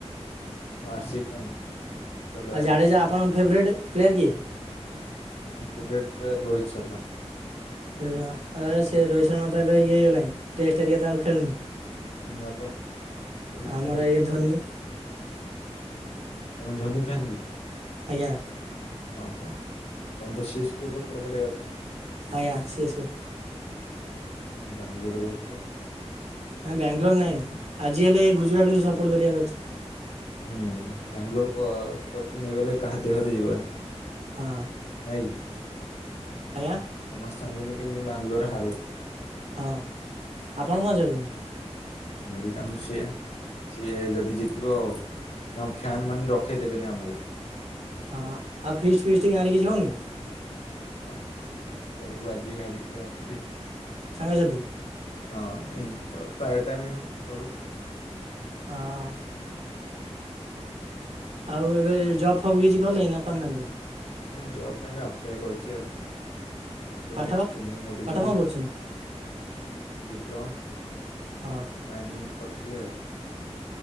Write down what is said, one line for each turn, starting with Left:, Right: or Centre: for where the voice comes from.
Left: ମା ଆସି ଫ୍ୟାନ୍। ପୁରା ଲୟାଲ
Right: ଆଉ ଜାଡେଜା ଆପଣ ଫେବରେଟ ପ୍ଲେୟାର କି?
Left: ମୁଁ ଇନ୍ ଫେବରଟ ପ୍ଲେୟାର ରୋହିତ ଶର୍ମା।
Right: ଏ ଯ ଏ ସେ ରୋହିତ ଶର୍ମା ତ ଏବେ ଇଏ ହେଇଗଲାଆଁ ଟେଷ୍ଟ ହେରିକା ତ ଆଉ ଖେଳୁନି।
Left: ନାଁ ପା ସେ ରିଟାୟାର୍ଡ
Right: ଆମର ଆ ଇଏ ଧୋନି
Left: ତମେ ଧୋନି ଫ୍ୟାନ କି?
Right: ଆଜ୍ଞା।
Left: କଁ ହଁ ତମେ ତ ଶି ଏସ୍ କୋ ସପୋର୍ଟ କରିବା କଥା।
Right: ଆଜ୍ଞା ସିଏ ସିଏ‌।
Left: ଆଗେ ବାଙ୍ଗଲୁରୁ କୋହୁଥୁଲ।
Right: ନାଁ ବାଙ୍ଗାଲୋର ନହିଁ ଆଜି ହେଲେ ଏ ଗୁଜୁରାଟକୁ ସପୋର୍ଟ କରିବାର ଅଛି।
Left: ହୁଁ ବାଙ୍ଗାଲୋର କ ଟ୍ରଫି ନେଇଗଲେ କାହା ଦେହରେ ଯିବନି।
Right: ହଁ
Left: ଏଇ
Right: ଆଜ୍ଞା
Left: ସମସ୍ ଚାହୁଁଚନ୍ତି କେମତି ବାଙ୍ଗଲୋର ହାରୁ‌
Right: ହଁ ଆପଣ କଣ ଚାହୁଁଚନ୍ତି?
Left: ଆମେ ବି ଚାହୁଁଚୁ ସେଇଆ ସିଏ ଯଦି ଜିତିବ ତମ ଫ୍ୟନ୍ ମାନେ ରଖେଇ ଦେବେନି ଆମୁକୁ
Right: ହଁ ଆଉ ଫିଷ୍ଟ ଫିଷ୍ଟ ଗାଁରେ କିଛି ହଉନି?
Left: ହଁ ଫିଷ୍ଟ୍ କରିବୁ ଆଜି ଭାବିଥିବୁ ରାତିିରେ‌
Right: ସାଙ୍ଗ ସାଥି
Left: ହଁ ଏଇଁ ତ ପ୍ରାୟ ଟାଇମ ହଁ କରୁ।
Right: ହଁ। ଆଉ ଏବେ ଜବ୍ ଫବ୍ କିଛି କଲେଇଁ ନାଁ କରିନାହାନ୍ତି।
Left: ନାଇଁ ଜବ ପାଇଁ ବା ଆପ୍ଲାଏ କରିଚି। ଆପେଣ୍ଡିକ୍ସ୍
Right: ପାଠ
Left: ଟ୍ରନିଙ୍ଗ୍ ଗୋଟେ
Right: ପାଠ
Left: ଯିବି।
Right: କଣ ପଢ଼ୁଛନ୍ତି
Left: ଡିପ୍ଲୋମା।
Right: ହଁ
Left: ମାଇନିଂ କରଥିଲି ଆଉ।